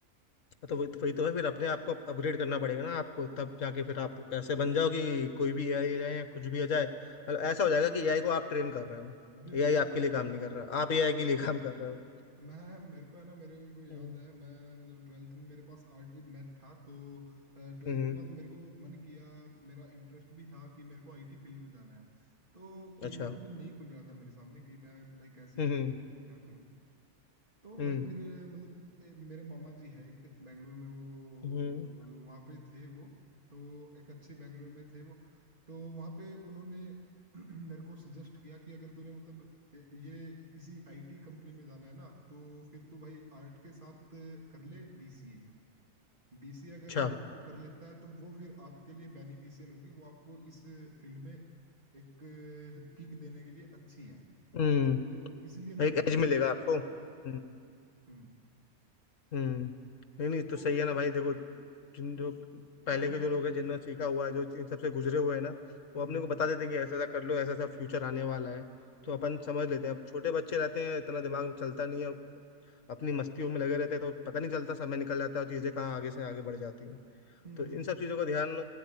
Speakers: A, on the left; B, on the right.
A: हाँ, तो वही तो वही तो है फिर अपने आप को अपग्रेड करना पड़ेगा ना आपको तब जाके फिर आप ऐसे बन जाओ कि कोई भी एआई आ जाए या कुछ भी आ जाए मतलब ऐसा हो जाएगा कि एआई को आप ट्रेन कर रहे हो
B: बिल्कुल
A: एआई
B: बिल्कुल
A: आपके लिए काम
B: बिल्कुल
A: नहीं कर रहा आप एआई के लिए काम कर रहे हो
B: मैं मेरे को है ना मेरे को याद
A: हम्म
B: है मैं मतलब ट्वेल्थ में मेरे पास आर्ट विद मैथ था तो ट्वेल्थ
A: हम्म,
B: के बाद मेरे को मन किया मेरा इंटरेस्ट भी था कि मेरे को आईटी फील्ड में जाना है तो कोई
A: अच्छा
B: भी ऑप्शन नहीं खुल रहा था मेरे सामने कि मैं भाई कैसे
A: हम्म
B: start
A: हम्म
B: करूं, क्या करूं तो
A: हम्म
B: भाई फिर मतलब ए, मेरे मामा जी है एक बेंगलोर में वो
A: हम्म,
B: मतलब वहाँ पे थे वो तो एक अच्छी बेंगलोर में थे वो तो वहाँ पे उन्होंने <clears throat> मेरे को सजेस्ट किया कि अगर तूने मतलब ये ये इसी आईटी कंपनी में जाना है ना तो फिर तू भाई आर्ट के साथ कर ले बीसीए बीसीए अगर
A: अच्छा
B: मतलब तू कर लेता है तो वो फिर आपके लिए बेनिफिशियल होगी वो आपको इस फील्ड में एक किक देने के लिए अच्छी है
A: हम्म
B: तो इसलिए मैंने
A: एक
B: बीसीए
A: एज मिलेगा
B: की
A: आपको
B: थी
A: हम्म।
B: हम्म
A: हम्म नहीं नहीं
B: तो
A: तो सही है ना भाई देखो जिन
B: उस
A: जो
B: हाँ
A: पहले
B: मतलब
A: के जो लोग हैं जिन्होंने सीखा हुआ है जो इन सबसे गुजरे हुए हैं ना
B: हम्म
A: वो अपने
B: हम्म
A: को बता देते हैं कि ऐसा ऐसा कर लो ऐसा ऐसा फ्यूचर आने वाला है तो
B: हम्म
A: अपन समझ लेते हैं अब छोटे बच्चे रहते हैं इतना दिमाग में चलता नहीं है अपनी मस्तियों में लगे रहते हैं तो पता नहीं चलता समय निकल जाता है और चीज़ें कहाँ आगे से आगे बढ़ जाती है
B: हम्म
A: तो
B: हम्म
A: इन
B: हम्म
A: सब चीज़ों का ध्यान